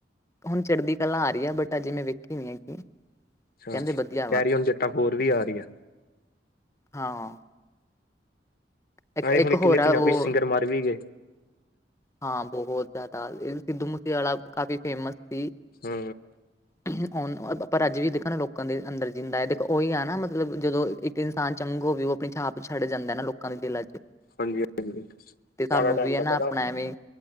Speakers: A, on the left; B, on the left.
A: ਹੁਣ ਚੜ੍ਹਦੀ ਕਲਾ ਆ ਰਹੀ ਐ ਬਟ ਅਜੇ ਮੈਂ ਵੇਖੀ ਨੀ ਹੈਗੀ
B: ਅੱਛਾ
A: ਕਹਿੰਦੇ ਵਧੀਆ
B: ਕੈਰੀਓਨ
A: ਵਾ
B: ਜੱਟਾ ਫੋਰ ਵੀ
A: ਹਮ,
B: ਆ ਰਹੀ ਐ
A: ਹਾਂ ਇੱਕ
B: ਆਂ ਹੁਣੇ
A: ਇੱਕ
B: ਕਿੰਨੇ
A: ਹੋਰ ਆ
B: ਪੰਜਾਬੀ
A: ਉਹ
B: ਸਿੰਗਰ ਮਰ ਵੀ ਗਏ।
A: ਹਾਂ ਬਹੁਤ ਜਿਆਦਾ ਇਹ ਸਿੱਧੂ ਮੂਸੇਵਾਲਾ ਕਾਫੀ ਫੇਮਸ ਸੀ
B: ਹੂੰ
A: ਉਹ ਨ ਪਰ ਅੱਜ ਵੀ ਦੇਖੋ ਨਾ ਲੋਕਾਂ ਦੇ ਅੰਦਰ ਜਿੰਦਾ ਹੈ ਦੇਖੋ ਉਹੀ ਆ ਨਾ ਮਤਲਬ ਜਦੋਂ ਇ ਤੇ ਇਨਸਾਨ ਚੰਗ ਹੋਵੇ ਉਹ ਆਪਣੀ ਛਾਪ ਛੱਡ ਜਾਂਦਾ ਨਾ ਲੋਕਾਂ ਦੇ ਦਿਲਾਂ ਚ
B: ਹਾਂਜੀ, ਹਾਂਜੀ
A: ਤੇ ਸਾਨੂੰ
B: ਮਾੜੇ ਟਾਈਮ
A: ਵੀ
B: ਦਾ
A: ਹੈ ਨਾ
B: ਪਤਾ
A: ਆਪਣਾ ਐਵੇਂ